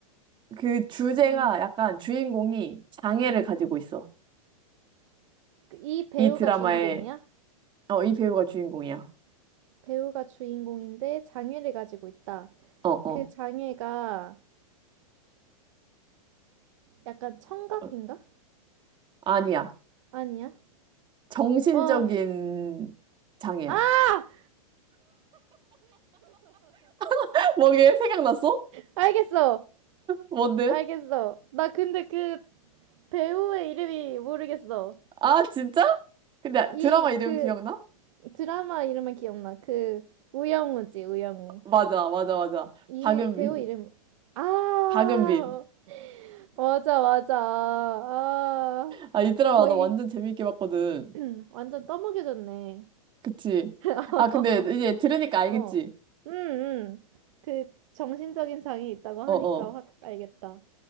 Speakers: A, on the right; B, on the right.
A: 그 주제가
B: 어,
A: 약간 주인공이 장애를
B: 음.
A: 가지고 있어.
B: 그이 배우가
A: 이 드라마의,
B: 주인공이야?
A: 어, 이 배우가 주인공이야.
B: 배우가 주인공인데 장애를 가지고 있다.
A: 어, 어.
B: 그 장애가 약간 청각인가?
A: 어, 아니야.
B: 아니야?
A: 정신적인
B: 어,
A: 장애야.
B: 아!
A: <laughs> 뭐게? 생각났어?
B: 알겠어!
A: 뭔데?
B: 알겠어. 나 근데 그 배우의 이름이 모르겠어.
A: 아, 진짜? 근데
B: 이,
A: 드라마 이름
B: 그,
A: 기억나?
B: 드라마 이름은 기억나. 그 우영우지, 우영우.
A: 맞아, 맞아, 맞아.
B: 이
A: 박은빈.
B: 배우 이름 아
A: 박은빈.
B: 맞아 맞아 아
A: 아, 이 드라마
B: 거의
A: 나 완전 재밌게 봤거든.
B: <clears throat> 완전 떠먹여졌네.
A: 그치?
B: <laughs>
A: 아, 근데 이제 들으니까 알겠지?
B: 어, 음, 음. 그 정신적인 장애 있다고 하니까
A: 어, 어.
B: 확 알겠다.